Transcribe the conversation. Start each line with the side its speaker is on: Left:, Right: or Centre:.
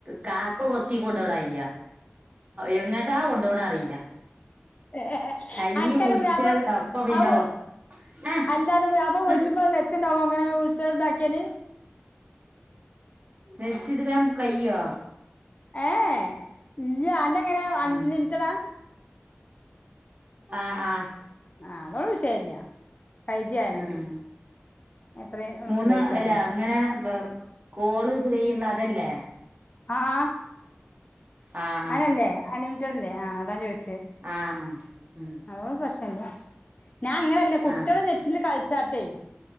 Right: കാക്ക കൊത്തി കൊണ്ട് പോണമാരിയാ എങ്ങോട്ടാ കൊണ്ട പോണ അറിയില്ല
Left: ഏഹ്
Right: കയ്യ്
Left: അനക്കന്റെ
Right: പിടിച്ച്
Left: പുതിയാപ്പിള
Right: അപ്പൊ പിന്നെ
Left: അത്
Right: ആഹ്
Left: അല്ലാ അന്റെ പുതിയാപ്പിള
Right: ഇങ്ങട്
Left: വിളിച്ച്മ്പൊ നെറ്റ്ണ്ടാവോ അങ്ങനെ വിളിച്ചത്ണ്ടാക്കിയല്
Right: നെറ്റിത് വേം കയ്യോ
Left: ഏഹ് ഏഹ് അന്റെ എങ്ങനെയ അൺ
Right: ആഹ്
Left: ലിമിറ്റഡാ
Right: ആഹ് ആഹ്
Left: ആഹ് അതോന്നും വിഷയില്ല ഫൈവ് ജി ആണെങ്കിൽ
Right: ഉം
Left: എത്രയും
Right: മൂന്ന്
Left: ഉപയോഗിച്ചാലോ
Right: അല്ല അങ്ങനെ വ് കോള് ഫ്രീ ഉള്ള അതല്ലേ
Left: അ ആഹ്
Right: ആഹ്
Left: അങ്ങനല്ലേ
Right: ആഹ്
Left: അൺലിമിറ്റഡ്ല്ലേ ആഹ് അതാ ചോദിച്ചെ
Right: ആഹ് ആഹ് ഉം
Left: അതോട് പ്രശ്നല്ല ഞാൻ അങ്ങനല്ല കുട്ടികള്
Right: ആഹ്
Left: നെറ്റില് കളിച്ചാട്ടേ